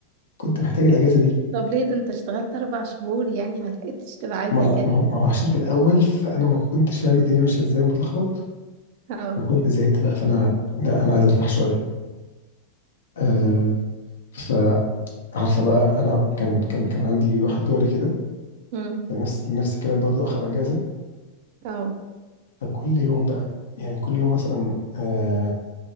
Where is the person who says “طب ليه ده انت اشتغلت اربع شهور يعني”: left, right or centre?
Right